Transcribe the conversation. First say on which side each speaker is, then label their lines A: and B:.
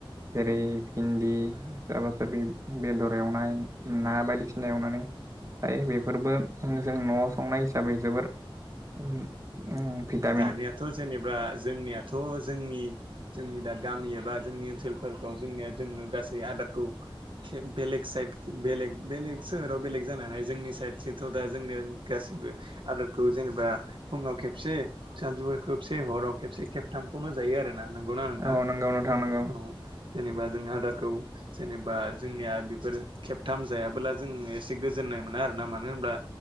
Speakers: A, on the right; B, on the right.
A: जेरै भिन्दि सोराबा सोरबि बेदर एवनाय ना बायदिसिना एवनानै जायो बेफोरबो जों न'आव संनाय फोर उम भिटा
B: दानियाथ' जेनेबा जोंनियाथ' जोंनि जोंनि दा गामि एबा जोंनि ओनसोलफोर फोरखौ जोंनिया जोङो गासै आदारखौ खेब बेलेग साइद बेलेग बेलेग सोहोर बेलेग जानानै जोंनि साइद सिमथ' दा जोंनि गासिबो आदोरखौ जेनेबा फुङाव खेबसे सानजौफुआव खेबसे हराव खेबसे खेबथामखौनो जायो आरोना नंगौना नोंथां
A: औ नोंगौ नोंथां नंगौ
B: औ जेनेबा जों आदारखौ जेनेबा जोंनिया बेफोर खेबथाम जायाबोला जों एसे गोजोननाय मोना आरोना मानो होना